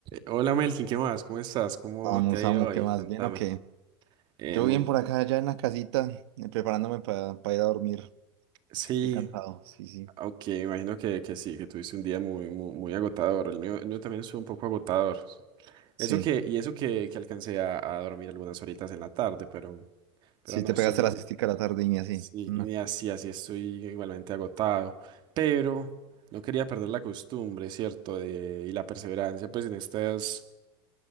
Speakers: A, on the right; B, on the right.
A: Hola Melkin, ¿qué más? ¿Cómo estás? ¿Cómo
B: Vamos,
A: te ha
B: vamos,
A: ido hoy?
B: ¿qué más?
A: Contame.
B: ¿Bien o qué?
A: Eh,
B: Yo
A: muy,
B: bien por acá, ya en la casita, eh, preparándome para ir a dormir.
A: Sí,
B: Estoy cansado, sí, sí.
A: aunque imagino que, que sí, que tuviste un día muy, muy, muy agotador. El mío, el mío también estuvo un poco agotador.
B: Sí,
A: Eso que, y eso que, que alcancé a, a dormir algunas horitas en la tarde, pero, pero
B: sí,
A: no,
B: te
A: estoy
B: pegaste
A: muy.
B: la siestica a la tarde y así.
A: Sí,
B: No,
A: y así, así estoy igualmente agotado. Pero no quería perder la costumbre, ¿cierto? De, y la perseverancia, pues en estos